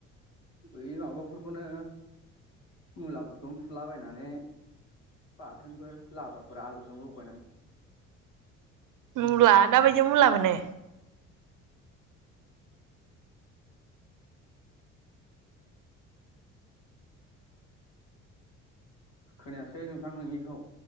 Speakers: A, on the left; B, on the right.
A: बै माबाफोरखौनो, मुलाफोरखौनो फुलाबायनानै, बाथोनफोर लाब्राफोर आलुजों लगायनानै।
B: मुला दाबायदि मुला मोनो?
A: खोनायासै नोंथां नोंनिखौ।